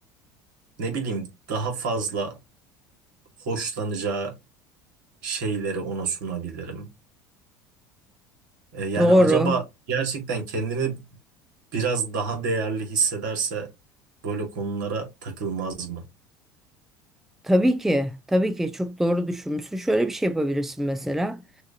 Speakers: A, on the right; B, in the centre.
A: ne bileyim daha fazla hoşlanacağı şeyleri ona sunabilirim? E, yani
B: Doğru.
A: acaba gerçekten kendini biraz daha değerli hissederse böyle konulara takılmaz mı?
B: Tabii ki. Tabii ki çok doğru düşünmüşsün. Şöyle bir şey yapabilirsin mesela.